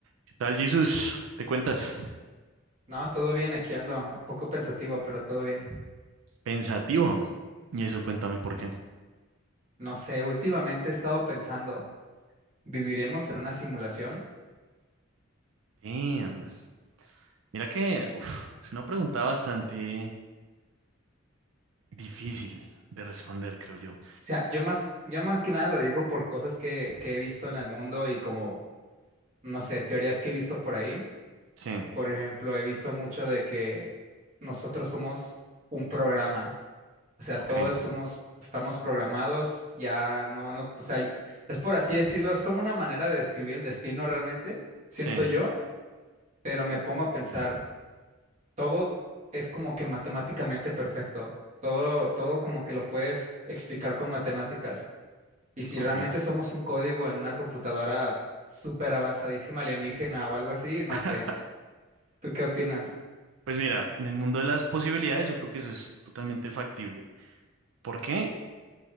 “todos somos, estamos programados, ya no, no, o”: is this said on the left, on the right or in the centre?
Right